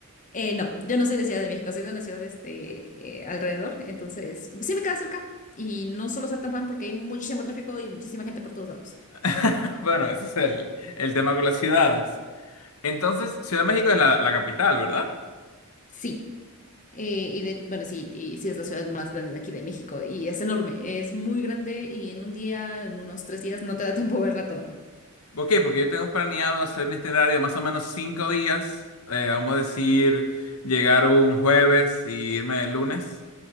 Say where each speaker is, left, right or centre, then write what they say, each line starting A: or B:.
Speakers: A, on the left; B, on the left.
A: Eh, no, yo no soy de Ciudad de México, soy de una ciudad este, eh, alrededor. Entonces, sí me queda cerca. Y no solo ser tan fan porque hay muchísimo tráfico y muchísima gente por todos lados.
B: <laughs> Bueno, ese es el, el tema con las ciudades. Entonces, Ciudad de México es la, la capital, ¿verdad?
A: Sí. Eh, y de, bueno, sí, y sí es la ciudad más grande de aquí de México y es enorme, es muy grande y en un día, en unos tres días, no te da tiempo verla toda.
B: Ok, porque yo tengo planeado hacer mi itinerario más o menos cinco días. Eh, vamos a decir, llegar un jueves y irme el lunes.